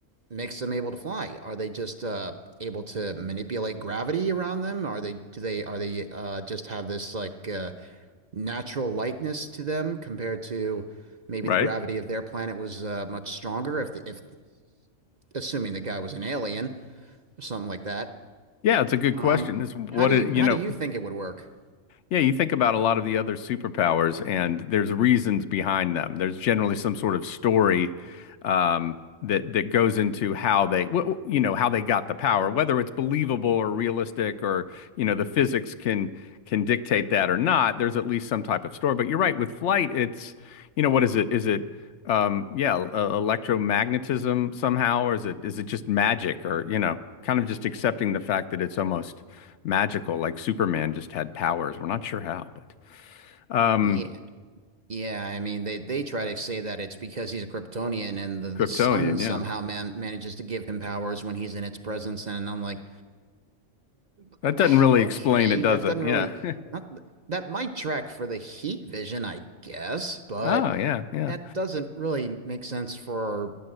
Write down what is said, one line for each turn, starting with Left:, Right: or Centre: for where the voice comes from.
Right: makes them able to fly. Are they just uh, able to manipulate gravity around them? Are they do they are they uh, just have this like uh, natural lightness to them compared to maybe
Left: Right.
Right: the gravity of their planet was uh, much stronger if the, if assuming the guy was an alien or something like that.
Left: Yeah, it's a good
Right: Um,
Left: question. It's what
Right: how do you
Left: it, you
Right: how
Left: know,
Right: do you think it would work?
Left: Yeah, you think about a lot of the other superpowers, and there's reasons behind them. There's generally some sort of story um, that that goes into how they, wh- you know, how they got the power, whether it's believable or realistic, or you know, the physics can can dictate that or not. There's at least some type of story. But you're right, with flight, it's, you know, what is it? Is it, um, yeah, uh, electromagnetism somehow, or is it is it just magic, or you know, kind of just accepting the fact that it's almost magical, like Superman just had powers. We're not sure how, but um,
Right: Yeah, yeah. I mean, they they try to say that it's because he's a Kryptonian and the the
Left: Kryptonian,
Right: sun somehow
Left: yeah.
Right: man manages to give him powers when he's in its presence. And I'm like, <sighs>
Left: That doesn't
Right: "Ugh,
Left: really
Right: okay,
Left: explain it, does
Right: that
Left: it?
Right: doesn't
Left: Yeah.
Right: really
Left: <laughs>
Right: not that might track for the heat vision, I guess, but.
Left: Oh, yeah, yeah.
Right: That doesn't really make sense for